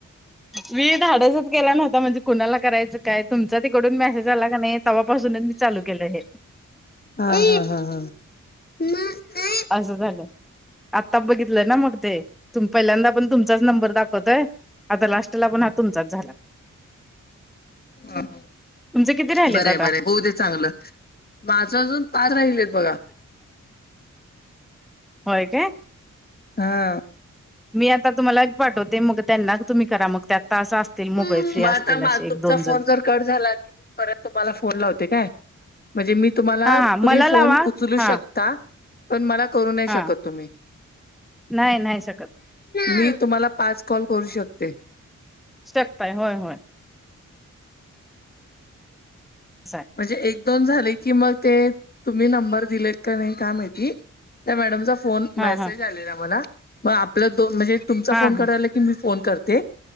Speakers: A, in the centre; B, on the left (about 30°).
A: मी धाडसचं केला नव्हतां म्हणजे कुणांला करायचं कायं तुमचां तिकडूंन मेसेजं आलां कां नाहीं तेव्हां पासूनचं चालूं केलं हे
B: हां हां हां हां
A: असं झालं आतां बघितलं नां मंग ते तुंम पहिल्यांदा आ पणं तुमच्याचं नंबर दाखवंतय आता लास्टलां आ पणं तुमचांच झालां
B: हां
A: किती राहिलेत
B: बरं
A: आता
B: बरं होऊदे चांगलं. माझं अजून पाच राहिले आहेत बघा.
A: होय काय.
B: हा.
A: मी आता तुम्हाला एक पाठवते. मग त्यांना तुम्ही करा मग त्या तासं अस तील.
B: मग
A: मोबाईल फ्री
B: आता
A: असतील
B: मा
A: असे एक
B: तुमचा
A: दोन जण.
B: फोन जर कट झाला. परत तुम्हाला फोन लावते काय. म्हणजे, मी तुम्हाला
A: हा हा मला
B: तुम्ही
A: लावा
B: फोन उचलू
A: हा
B: शकता. पण, मला करू नाही शकत
A: हा
B: तुम्ही.
A: नाही नाही शकत
B: मी तुम्हाला पाच कॉल करू शकते.
A: Step by. होय होय. असंय.
B: म्हणजे एक दोन झाले की मग ते, तुम्ही नंबर दिलेत का नाही काय माहिती. त्या मॅडमचा फोन, मेसेज
A: हा हा
B: आलेला मला. मग आपल दोन म्हणजे तुमचा
A: हा
B: फोन करायला.
A: हा
B: की मी फोन करते.